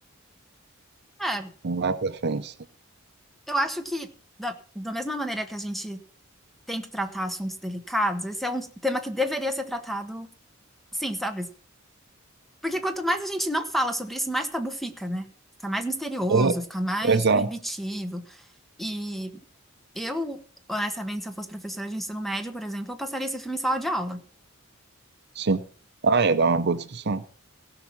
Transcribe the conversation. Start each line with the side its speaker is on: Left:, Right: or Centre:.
Centre: É,
Right: Não vai pra frente. sim.
Centre: eu acho que da, da mesma maneira que a gente tem que tratar assuntos delicados, esse é um tema que deveria ser tratado, sim, sabe? Porque quanto mais a gente não fala sobre isso, mais tabu fica, né? Fica mais misterioso,
Right: é,
Centre: fica mais
Right: exato,
Centre: proibitivo. E Eu, honestamente, se eu fosse professora de ensino médio, por exemplo, eu passaria esse filme em sala de aula.
Right: sim. Ah, ia dar uma boa discussão.